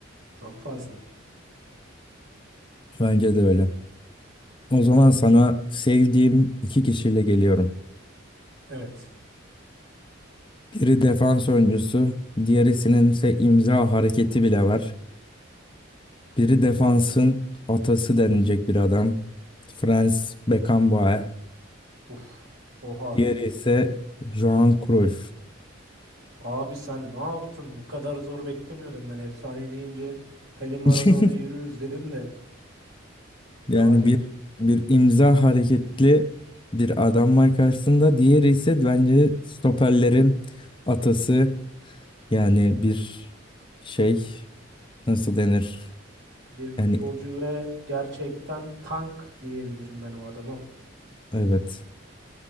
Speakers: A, on the right; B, on the left.
A: çok fazla.
B: Bence de öyle. O zaman sana sevdiğim iki kişiyle geliyorum.
A: Evet.
B: Biri defans oyuncusu, diğerisinin ise imza hareketi bile var. Biri defansın atası denilecek bir adam. Franz Beckenbauer.
A: Uf. Oha.
B: Diğeri ise Johan Cruyff.
A: Abi sen ne yaptın? Bu kadar zor beklemiyordum ben efsane deyince. Pelé Maradona
B: <laughs>
A: yürürüz dedim de. Yani
B: Yani bir bir imza hareketli bir adam var karşısında. Diğeri ise bence stoperlerin atası. Yani bir şey nasıl denir?
A: bir futbolcu
B: Yani
A: ve gerçekten tank diyebilirim ben o adama.
B: evet.